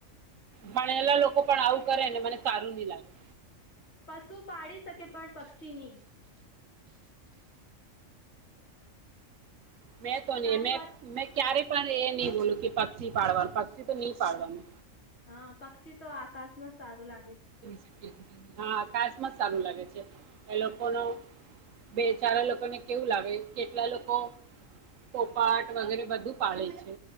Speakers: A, on the right (about 75°); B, on the left (about 55°).
A: ભણેલા લોકો પણ આવું કરે ને મને સારું નહી લાગતુ.
B: પશુ. પાડી શકે પણ પક્ષીની.
A: મેં તો નહી
B: સારી
A: મે
B: વાત
A: મે ક્યારે પણ એ નહી બોલું કે પક્ષી પાળવાનું પક્ષી તો નહી પાડવાનું.
B: હા પક્ષી તો આકાશમાં સારું લાગે છે.
A: <inaudible> હા આકાશ મા સારું લાગે છે એ લોકોનો બે ચારા લોકોને કેવું લાગે કેટલા લોકો પોપાટ વગેરે બધું પાળે છે.